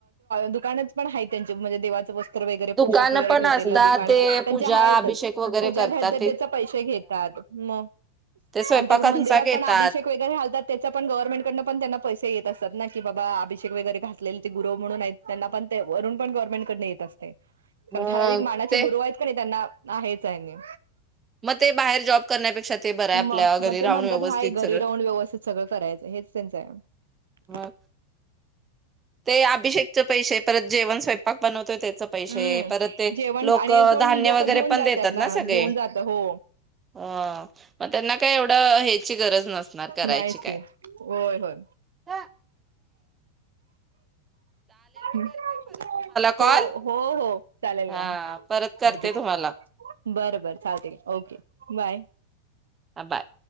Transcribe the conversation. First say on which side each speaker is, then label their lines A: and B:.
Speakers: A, on the right; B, on the right.
A: दुकानच पण आहे त्यांचे म्हणजे देवाचं वस्त वगैरे
B: दुकान
A: पोशाख वगैरे
B: पण
A: ठेव
B: असतात
A: दुकाने
B: ते पूजा
A: त्यां आहेत
B: अभिषेक
A: आहेतच
B: वगैरे
A: पूजा
B: करतात
A: घालतात त्याचे पैसे घेतात मग
B: ते स्वयंपाकांचा
A: आणि मंदिरात
B: घेतात
A: पण अभिषेक वगैरे घालतात च्या पण गव्हर्नमेंटकडन पण त्यांना पैसे येत असात ना की बाबा अभिषेक वगैर घासलेल ते गुरव म्हणून आहेत त्यांना पण ते वरून पण गवर्नमेंटकडन येत असतय
B: मग
A: कारण ठराविक मानाचे
B: ते
A: गुरु आहेत का नाही त्यांना आहेच आहे आणि
B: म ते बाहेर जॉब करण्यापेक्षा ते बरं आहे आपल्या
A: मग
B: घरी
A: मग ते
B: राहून
A: म्हणतात
B: व्यवस्थित
A: हाय घरी
B: सगळं
A: राहून व्यवस्थित सगळं करायचं हेच त्यांचं आहे
B: मग ते अभिषेकच पैशे परत जेवण स्वयंपाक बनवतो त्याच पैशे
A: हम्म
B: परत ते
A: जेवण
B: लोक
A: आणि कोण
B: धान्य
A: लोक
B: वगैरे
A: देऊन
B: पण
A: जातात
B: देतात ना सगळे
A: देऊन जात हो
B: अ मग त्यांना काय एवढं ची गरज नसणार करायची
A: नाहीच
B: काय
A: की होय होय
B: ह
A: हो
B: कॉल
A: हो हो चालेल
B: हा
A: घ्या
B: परत करते
A: ठीक
B: तुम्हाला
A: आहे बर बर चालते ओके बाय
B: ह बाय